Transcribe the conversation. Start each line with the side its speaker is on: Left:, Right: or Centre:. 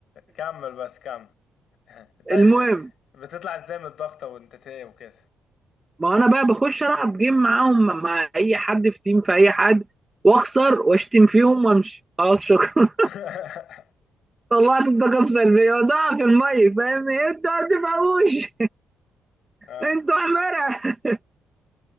Left: كمل بس كمل <laughs> طيب
Right: المهم
Left: بتطلع ازاي من الضغطة وانت تايه وكده
Right: ما أنا بقى بخش ألعب جيم معاهم مع أي حد في تيم في أي حد وأخسر وأشتم فيهم وأمشي خلاص شكرا
Left: <laughs>
Right: <laughs> طلعت الطاقة السلبية وزعها في المية فاهمني؟ أنتوا ما بتفهموش
Left: اه
Right: أنتوا حمارة <laughs>